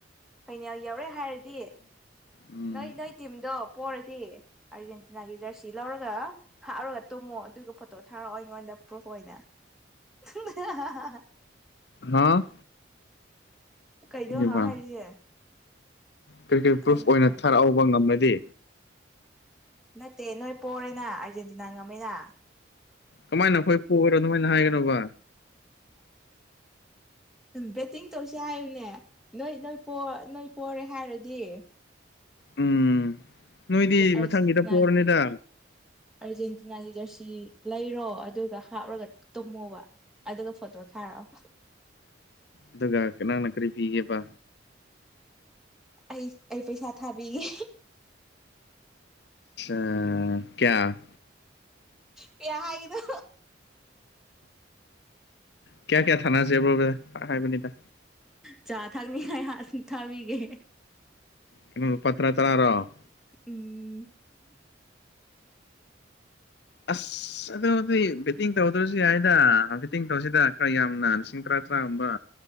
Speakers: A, in the centre; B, on the left.
A: ꯐꯥꯏꯅꯂ ꯌꯧꯔꯦ ꯍꯥꯏꯔꯗꯤ꯫
B: ꯎꯝ
A: ꯅꯣꯏ ꯅꯣꯏ ꯇꯤꯝꯗꯣ ꯄꯣꯔꯗꯤ ꯑꯥꯔꯖꯦꯟꯇꯤꯅꯥꯒꯤ ꯖꯔꯁꯤ ꯂꯧꯔꯒ ꯍꯥꯞꯔꯒ ꯇꯨꯝꯃꯣ ꯑꯗꯨꯒ ꯐꯣꯇꯣ ꯊꯥꯔꯛꯑꯣ ꯑꯩꯉꯣꯟꯗ ꯄ꯭ꯔꯨꯐ ꯑꯣꯏꯅ <inaudible>
B: ꯍꯥ
A: ꯀꯩꯅꯣ
B: ꯀꯔꯤꯕ
A: ꯍꯥꯏ ꯍꯥꯏꯔꯤꯁꯦ꯫
B: ꯀ꯭ꯔꯤ ꯀꯔꯤ
A: ꯈꯪꯗꯕ꯭ꯔꯣ
B: ꯄ꯭ꯔꯨꯐ ꯑꯣꯏꯅ ꯊꯥꯔꯛꯍꯧꯕ ꯉꯝꯃꯗꯤ꯫
A: ꯅꯠꯇꯦ ꯅꯣꯏ ꯄꯣꯔꯦꯅ ꯑꯥꯔꯖꯦꯟꯇꯤꯅꯥ ꯉꯝꯃꯦꯅ꯫
B: ꯀꯃꯥꯏꯅ ꯑꯩꯈꯣꯏ ꯄꯒꯔꯣ ꯑꯗꯨꯃꯥꯏꯅ ꯍꯥꯏꯒꯅꯣꯕ꯫
A: ꯕꯦꯠꯇꯤꯡ ꯇꯧꯁ ꯍꯥꯏꯌꯨꯅꯦ꯫ ꯅꯣꯏ ꯅꯣꯏ ꯅꯣꯏ ꯄꯣꯔꯦ ꯍꯥꯏꯔꯗꯤ꯫
B: ꯎꯝ ꯅꯣꯏꯗꯤ
A: ꯑꯥꯔꯖꯦꯟꯇꯤꯅꯥꯒꯤ
B: ꯃꯊꯪꯒꯤꯗ ꯄꯣꯔꯅꯤꯗ
A: ꯑꯥꯔꯖꯦꯟꯇꯤꯅꯥꯒꯤ ꯖꯔꯁꯤ ꯂꯩꯔꯣ ꯑꯗꯨꯒ ꯍꯥꯞꯂꯒ ꯇꯨꯝꯃꯣꯕ ꯑꯗꯨꯒ ꯐꯣꯇꯣ ꯊꯥꯔꯛꯑꯣ
B: ꯑꯗꯨꯒ ꯅꯪꯅ ꯀꯔꯤ ꯄꯤꯒꯦꯕ
A: ꯑꯩ ꯑꯩ ꯄꯩꯁꯥ ꯊꯥꯕꯤꯒꯦ
B: ꯑ ꯀꯌꯥ
A: ꯀꯌꯥ ꯍꯥꯏꯒꯦꯅꯣ
B: ꯀꯌꯥ ꯀꯌꯥ ꯊꯥꯅꯁꯦꯕ꯭ꯔꯣ ꯍꯥꯏꯕꯅꯤꯗ
A: ꯆꯥ ꯊꯛꯅꯤꯉꯥꯢ ꯊꯥꯕꯤꯒꯦ
B: ꯀꯩꯅꯣ ꯂꯨꯄꯥ ꯇꯔ ꯇꯔꯥꯔꯣ
A: ꯎꯝ
B: ꯑꯁ ꯑꯗꯨꯗꯤ ꯕꯦꯠꯇꯤꯡ ꯇꯧꯗ꯭ꯔꯁꯨ ꯌꯥꯏꯗ ꯕꯦꯠꯇꯤꯡ ꯇꯧꯁꯤꯗ ꯈꯔ ꯌꯥꯝꯅ ꯂꯤꯁꯤꯡ ꯇꯔꯥ ꯇꯔꯥ ꯒꯨꯝꯕ